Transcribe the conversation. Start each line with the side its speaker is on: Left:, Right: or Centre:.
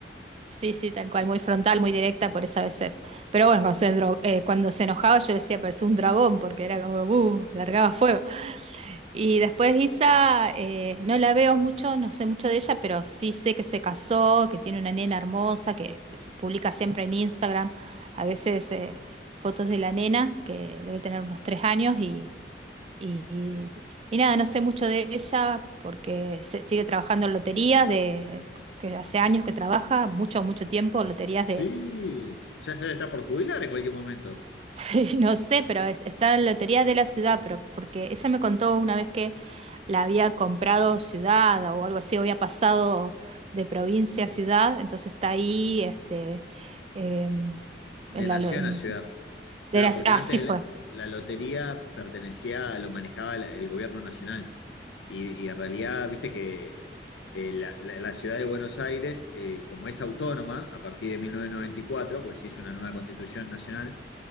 Right: sí, sí, tal cual, muy frontal, muy directa, por eso a veces. Pero bueno, cuando se, dro- eh, cuando se enojaba yo decía, parecía un dragón, porque era como, uh, largaba fuego. Y después Isa, eh, no la veo mucho, no sé mucho de ella, pero sí sé que se casó, que tiene una nena hermosa, que se publica siempre en Instagram, a veces eh, fotos de la nena, que debe tener unos tres años, y, y, y- y nada, no sé mucho de ella porque se- sigue trabajando en loterías, de, que hace años que trabaja, mucho, mucho tiempo, loterías de,
Left: Sí, <laughs> ya se está por jubilar en cualquier momento.
Right: <laughs> No sé, pero es- está en la lotería de la ciudad, pero porque ella me contó una vez que la había comprado ciudad o algo así, o había pasado de provincia a ciudad, entonces está ahí, este, em, en
Left: De nación
Right: la, lo- en-
Left: a ciudad. Claro,
Right: de la-
Left: porque
Right: así
Left: antes
Right: fue.
Left: la, la lotería pertenecía, lo manejaba la- el gobierno nacional. Y, y en realidad, viste que eh, la, la- la ciudad de Buenos Aires, eh, como es autónoma a partir de 1994, pues se hizo una nueva constitución nacional,